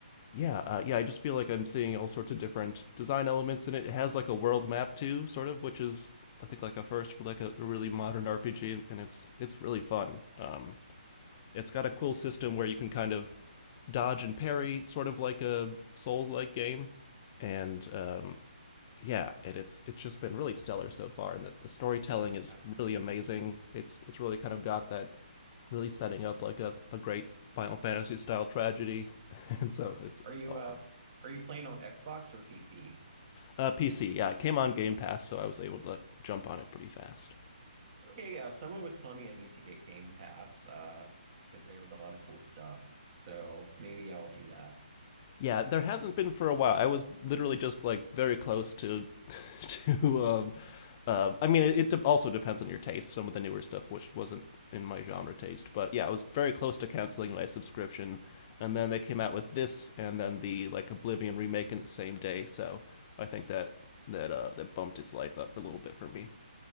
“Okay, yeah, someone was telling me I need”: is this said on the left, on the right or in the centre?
Right